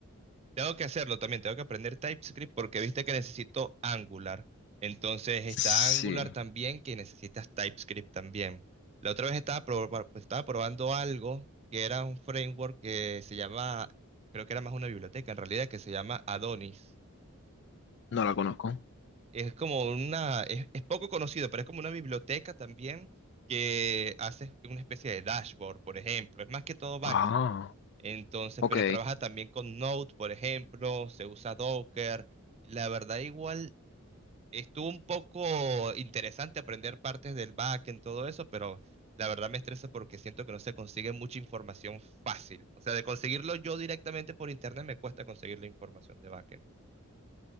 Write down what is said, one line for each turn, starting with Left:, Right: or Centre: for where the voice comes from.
Right: Tengo que hacerlo también, tengo que aprender TypeScript porque viste que necesito Angular. Entonces está
Left: Sí,
Right: Angular también que necesitas TypeScript también. La otra vez estaba, proba- estaba probando algo que era un framework que se llama, creo que era más una biblioteca en realidad, que se llama Adonis.
Left: no la conozco.
Right: Es como una, es, es poco conocido, pero es como una biblioteca también que hace una especie de dashboard, por ejemplo. Es más que todo backend.
Left: Ah,
Right: Entonces,
Left: ok.
Right: pero trabaja también con Node, por ejemplo, se usa Docker. La verdad, igual estuvo un poco interesante aprender partes del backend, todo eso, pero la verdad me estresa porque siento que no se consigue mucha información fácil. O sea, de conseguirlo yo directamente por internet me cuesta conseguir la información de backend.